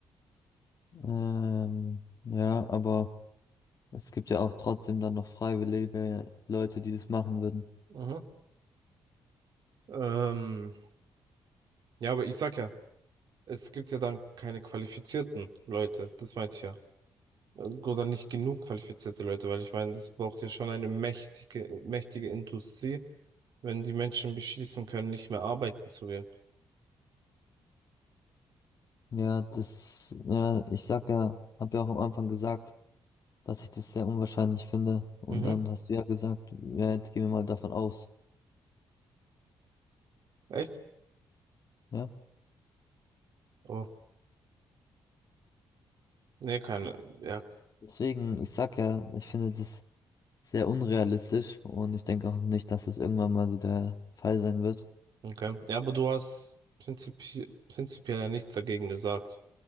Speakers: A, on the left; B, on the right.
A: ähm, ja, aber es gibt ja auch trotzdem dann noch freiwillige Leute, die das machen würden.
B: Mhm. Ähm, ja, aber ich sag ja, es gibt ja dann keine qualifizierten Leute, das meinte ich ja. Also oder nicht genug qualifizierte Leute, weil ich meine, das braucht ja schon eine mächtige, mächtige Industrie, wenn die Menschen beschließen können, nicht mehr arbeiten zu gehen.
A: Ja, das, ja, ich sag ja, hab ja auch am Anfang gesagt, dass ich das sehr unwahrscheinlich finde. Und
B: Mhm.
A: dann hast du ja gesagt, ja, jetzt gehen wir mal davon aus.
B: Echt?
A: Ja.
B: Oh, nee, keine. Ja,
A: Deswegen, ich sag ja, ich finde das sehr unrealistisch und ich denke auch nicht, dass es irgendwann mal so der Fall sein wird.
B: okay. Ja, aber du hast prinzipi prinzipiell ja nichts dagegen gesagt.